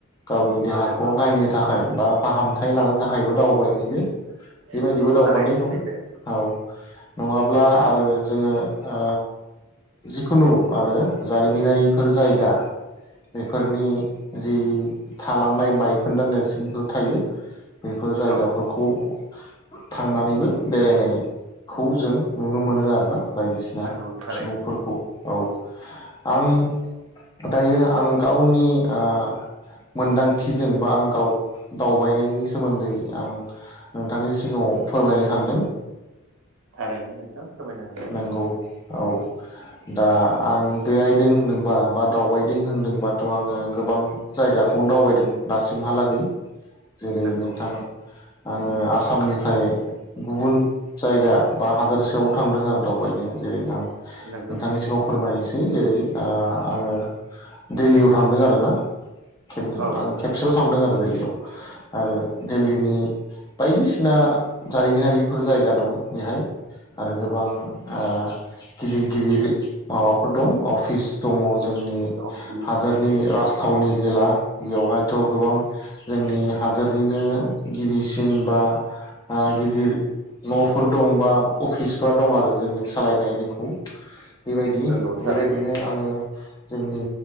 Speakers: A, on the left; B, on the right.
A: गावनि देहाखौ
B: नंगौ
A: नायनो थाखाय बा फाहामथाय लानो थाखायबो दाव बायहैयो बेबायदिबो
B: नंगौ
A: दावबायनाय
B: थारैनो
A: दं
B: सैथो
A: औ नङाब्ला आरो जोङो ओ जिखुनु आरो जारिमिनारि -फोर जायगा बेफोरनि जि थालांनाय बायखोन्दा नेरसोनफोर थायो बेफोर जायगाफोरखौ
B: औ
A: थांनानैबो बेरायनायखौ जों नुनो मोनो आरोना बायदिसिना
B: नंगौ थारैनो
A: सुबुंफोरखौ औ आं दायो आं गावनि ओ मोनदांथिजों बा आं दावबायनायनि सोमोन्दै आं नोंथांनि सिगाङाव फोरमायनो सानदों।
B: <unintelligible>
A: नंगौ औ दा आं बेरायदों होनदोंबा बा दावबायदों होनदोंबाथ' आङो गोबां जायगाखौनो दावबायदों दासिमहालागै जेरै
B: नंगौ
A: नोंथां आङो आसामनिफ्राय गुबुन जायगा बा हादोरसायावबो थांदों आरो दावबायनो जेरै आं नोंथांनि
B: नंगौ
A: सिगाङाव फोर फोरमायनोसै जेरै ओ आङो दिल्लीयाव थांदों आरोना खब <unintelligible>
B: औ
A: आं
B: नोंथां
A: खेबसेल' सानदों आरो दिल्लीयाव आरो दिल्लीनि बायदिसिना जारिमिनारिफोर जायगा दं बेहाय। आरो
B: नंगौ
A: गोबां ओ गिदिर गिदिर माबाफोर दं अफिस दङ जों नि
B: अफिस
A: हादोरनि राज गौनि जेला बेयावहायथ' गोबां जोंनि हादोरनिनो गिबिसिन बा आ गिदिर न'फोर दं बा अफिसफोरा दं आरो जोंनि सालायनाय जोंखौ। बेबायदि
B: नंगौ थारैनो
A: बेबायदिनो आङो जोंनि